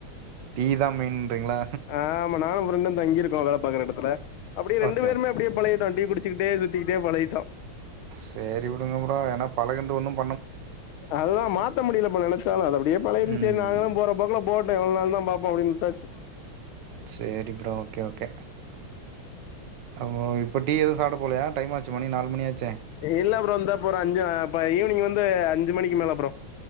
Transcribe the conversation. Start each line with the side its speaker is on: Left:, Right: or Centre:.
Right: டீதா மெயினுன்றீங்களா
Left: ஆ ஆமா நானு ஃப்ரெண்டு தங்கிருக்கோ வேல பாக்ற எடத்துல அப்டியே ரெண்டு
Right: ஓகே
Left: பேருமே
Right: ஓகே
Left: அப்டியே பழகிட்டோ டீ குடிச்சிக்கிட்டே சுத்திக்கிட்டே பழகிட்டோ
Right: சேரி விடுங்க ப்ரோ என்னா பழகுன்னது ஒன்னும்
Left: அதுதா மாத்த முடியல ப்ரோ நெனைச்சாலு அப்டியே பழகிருச்சு
Right: ம்
Left: சேரி நாங்களு போற போக்குல போட் இப்ப எவ்ளோ நாள் தா பாப்போ அப்டின்னு விட்டாச்சு
Right: சேரி ப்ரோ ஓகே ஓகே அப்ப இப்ப டீ எது சாப்ட போலயா டைம் ஆச்சு மணி நாளு மணி ஆச்சு
Left: இல்ல ப்ரோ இந்தா போறே அஞ்சு அப்ப ஈவினிங் வந்து அஞ்சு மணிக்கு மேல ப்ரோ